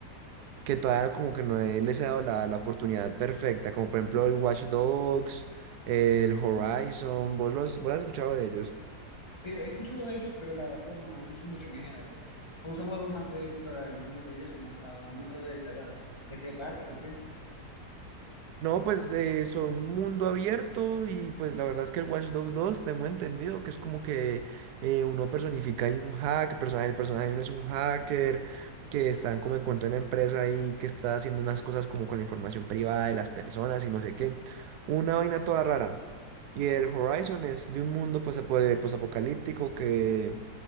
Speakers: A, on the right; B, on the left.
A: que todavía como que no he- les he dado la, la oportunidad perfecta, como por ejemplo el Watch Dogs, el Horizon, ¿vos los, vos has escuchado de ellos?
B: Sí, he escuchado de ellos, pero la verdad no, no son mucho mi género. Como son juegos más de explorar el mundo y eso, nunca, nunca los he detallado. ¿De qué tratan o qué?
A: No, pues eh, son mundo abierto y pues la verdad es que el Watch Dogs dos tengo entendido que es como que eh, uno personifica ahí un hack, personaje, el personaje de uno es un hacker que está como en cuenta de una empresa y que está haciendo unas cosas como con la información privada de las personas y no sé qué. Una vaina toda rara. Y el Horizon es de un mundo pues, apo- eh, posapocalíptico que